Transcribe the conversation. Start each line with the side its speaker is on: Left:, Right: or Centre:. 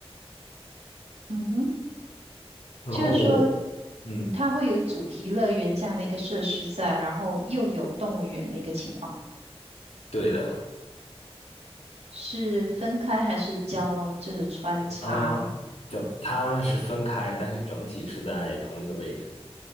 Right: 嗯哼，
Left: 然后我
Right: 就是说
Left: 嗯，
Right: 它会有主题乐园这样的一个设施在，然后又有动物园的一个情况，
Left: 对的
Right: 是分开还是交就是穿插
Left: 啊，就他们是分开，但是整体是在同一个位置